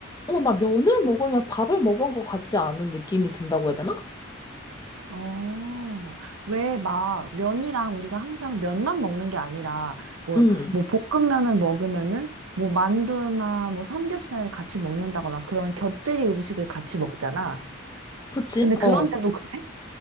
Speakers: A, on the left; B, on the right.
A: 어, 나 면을 먹으면 밥을 먹은 것 같지 않은 느낌이 든다고 해야 되나?
B: 어, 왜 막 면이랑 우리가 항상 면만 먹는 게 아니라 뭐,
A: 음,
B: 뭐 볶음면을 먹으면은 뭐 만두나 뭐 삼겹살을 같이 먹는다거나 그런 곁들이 음식을 같이 먹잖아.
A: 그치?
B: 근데 그런데도
A: 어.
B: 그래?